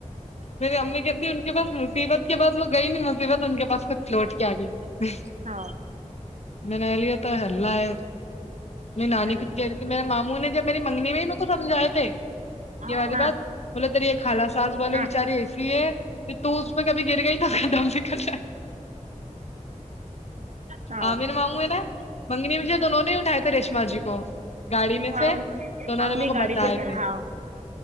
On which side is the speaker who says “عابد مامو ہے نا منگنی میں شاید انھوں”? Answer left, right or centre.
Left